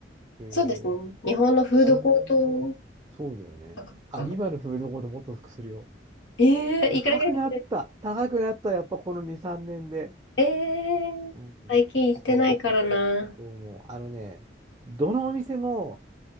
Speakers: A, on the right (about 20°); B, on the left (about 85°).
A: うん、へえ。
B: そうですね。日本のフードコート
A: 新が、そうだよね。
B: 価格かな。
A: あ、今のフードコートもっとするよ。
B: ええいくらぐらいする
A: 高くなった。高くなった。やっぱこの2、3年で。
B: ええー、
A: うん、
B: 最近行ってないからな。
A: そう思う。そう思う。あのね、どのお店も、